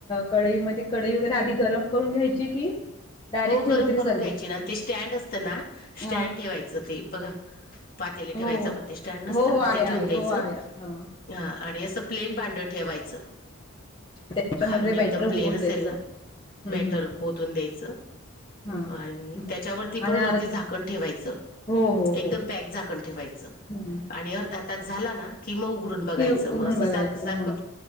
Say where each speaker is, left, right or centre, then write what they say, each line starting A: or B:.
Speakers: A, on the left; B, on the left.
A: कढईमध्ये कढई वगैरे आधी गरम करून घ्यायची की. डायरेक्ट
B: हो
A: ठेवलं
B: गरम
A: तरी
B: करून
A: चालतं
B: घ्यायची आणि ते स्टँड असतं ना स्टँड
A: हा
B: ठेवायचं ते बघा. पातेल
A: हो
B: ठेवायच
A: हो
B: आपण ते स्टँड
A: हो
B: नसतं
A: हो आहे
B: का ते
A: आहे
B: ठेवून द्यायचं.
A: हो आहे ह
B: हा.. आणि असं प्लेन भांड ठेवायचं.
A: त्याच्यामध्ये
B: खालून
A: बॅटर
B: एकदम प्लेन
A: होत्याच
B: असेल ना,
A: हम्म
B: ब्याटर ओतून द्यायचं.
A: हम्म
B: आणि
A: हा
B: तेच्यावरती
A: आणि
B: पण
A: अर
B: वरती झाक कण ठेवायचं
A: हो हो हो
B: एकदम पॅक झाकण ठेवायचं
A: हम्म
B: आणि अर्धा तास झाला ना की मग उघडून बघायचं,
A: कि उघडून
B: मग असं
A: बघायचं
B: सारखं सारखं.
A: हा